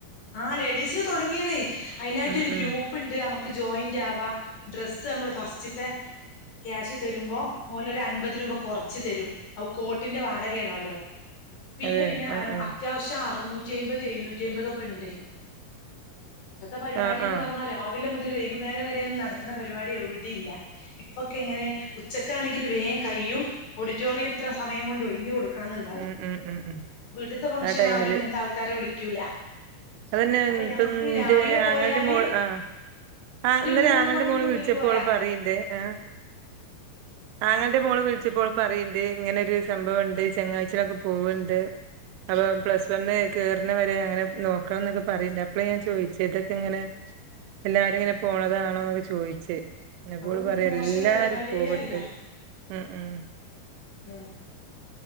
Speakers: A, on the left; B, on the right.
A: ആഹ് ലേഡീസിന് തൊടങ്ങീണ്. അയിനായിറ്റൊരു
B: ഉം
A: ഗ്രൂപ്പ്
B: ഉം
A: ണ്ട് നമുക്ക് ജോയിന്റ് ആവാ ഡ്രസ്സ് നമ്മൾ ഫസ്റ്റ് ത്തെ ക്യാഷ് തരുമ്പോ മുല ഒരു അൻപത് രൂപ കൊറച്ച് തരും അ കോട്ടിന്റെ വാടകയാണോല്ലോ പിന്നെ
B: അതെ
A: പിന്നെ ആ
B: ആഹ് ആഹ്
A: അത്യാവശ്യം അറുന്നൂറ്റിയെമ്പത് എഴുന്നൂറ്റി യെമ്പതൊക്കെണ്ട്. ഇപ്പത്തെ പരിപാടിന്ന്
B: ആഹ് ആഹ്
A: പർണാ രാവിലെ മുതൽ വൈ കുന്നേരം വരെയൊന്നും നടത്തണ പരിപാടി എവിടെയില്ല ഇപ്പൊക്കെ എങ്ങനെ ഉച്ചക്കാണെങ്കില് വേഗം കഴിയും ഓഡിറ്റോറിയത്ര സമയം കൊണ്ട് ഒഴിഞ്ഞു കൊടുക്കണന്നുണ്ടാവും.
B: ഉം ഉം ഉം ഉം
A: വീട്ടിത്തെ ഫങ്ഷനാരും
B: ആ ടൈമില്
A: ഇങ്ങനത്തെ ആൾക്കാരെ വിളിക്കൂല.
B: അതന്നെ
A: അപ്പൊ
B: ഇപ്പന്റെ
A: ഞമ്മക്ക് രാവിലെ പോയാല്
B: ആങ്ങേന്റെ മോള് ആ ആ
A: ഒരു
B: ഇന്നലെ
A: മൂന്ന്
B: ആങ്ങൾന്റെ
A: മണിന്റെ
B: മോള്
A: ഉള്ളില്
B: വിളിച്ചപ്പോ
A: പോരാ
B: അവള് പറയണ്ട് ആ ആങ്ങൾന്റെ മോള് വിളിച്ചപ്പോ ഓള് പറയ്ണ്ട് ഇങ്ങനൊരു സംഭവണ്ട് ചെങ്ങാഴ്ചലക്ക് പോവണ്ട് അപ്പ പ്ലസ് വണ്ണ് കേറുന്ന വരെ അങ്ങനെ നോക്കണന്നൊക്കെ പറയിണ്ട് അപ്പളേ ഞാൻ ചോയിച്ചതക്കെങ്ങനെ എല്ലാരും ഇങ്ങനെ പോണതാണോന്നൊക്കെ ചോയിച്ച് അപ്പോള്‌
A: അതൊന്നൊരു
B: പറയാ
A: മോശല്ല
B: എല്ലാരും
A: പരിപാടിയേ
B: പോവണ്ട്.
A: അല്ല
B: മ്മ് മ്മ്
A: ഉം